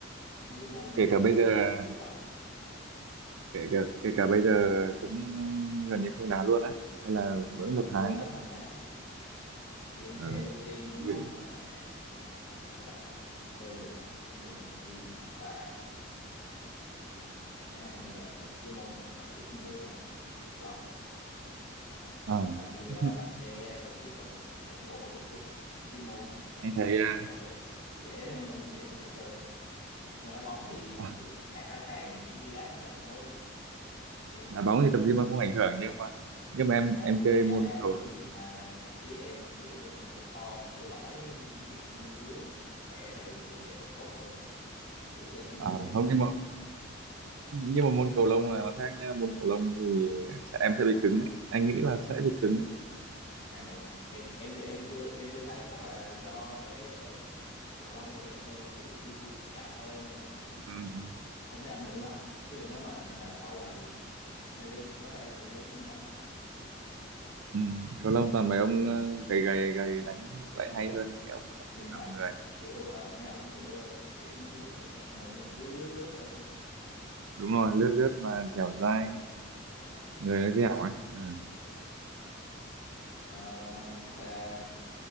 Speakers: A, on the left; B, on the right.
A: những thấy cái môn đó
B: kể
A: nó
B: cả
A: không
B: bây giờ
A: còn phù hợp
B: kể cả kể cả bây giờ cũng gần như không đá luôn á hay là
A: dạ,
B: mỗi
A: gần
B: một tháng
A: như là
B: vẫn
A: không đá thì em
B: ờ
A: sẽ ưu tiên những
B: ừ.
A: môn mà mình ờ, có thể độc lập chơi được ví dụ như tập gym hoặc là ừm, chẳng hạn như là những cái môn mà cần ít người thôi chẳng hạn như cầu lông
B: Ờ.
A: hoặc là đi ờ,
B: <laughs>
A: đạp xe vào cuối tuần chạy bộ các thứ những cái môn mà cần
B: anh thấy
A: ít
B: à,
A: đồng đội á, dễ dễ dễ chơi hơn nhưng mà đá bóng thì
B: à,
A: ví dụ tháng hai tháng đi đá một trận thôi đi
B: đá
A: cùng
B: bóng
A: công
B: thì
A: ty
B: tập gym
A: á
B: mà không ảnh hưởng nhưng mà nhưng mà
A: em
B: em
A: chả
B: em chơi
A: em chả
B: môn
A: thấy ảnh
B: cầu
A: hưởng gì mà thậm chí em ví dụ như phần cơ kho phần cơ lõi bụng lưng dưới của mình mà nó khỏe rồi em tì đè tốt hơn cổ chân cái thứ
B: à,
A: linh hoạt
B: không
A: hơn
B: nhưng mà nhưng mà môn cầu lông là nó khác nha môn cầu lông thì sẽ, em sẽ bị cứng đấy anh nghĩ là sẽ bị cứng đấy
A: à vậy hả em em thì em chưa em chưa thấy chắc là do cái ờ, cầu lông thì em chơi kiểu vui vui dạo dạo thôi nên là cũng
B: Ừ. ừ.
A: không thấy ảnh hưởng lắm chứ còn nếu mà đào sâu vào thì maybe có thể là sẽ giống như anh nói
B: Ừ, cầu lông toàn mấy ông ờ, gầy gầy gầy đánh lại
A: <laughs> dạ
B: hay hơn những cái ông mà đập
A: linh hoạt
B: đập người
A: kiểu ờ, mấy ổng kiểu ờ, di chuyển cái thứ nó nhẹ nhàng hơn luôn lướt lướt lướt hơn
B: đúng rồi lướt lướt mà dẻo dai
A: dạ
B: người nó dẻo ấy ừ.
A: dạ Ờ, chắc là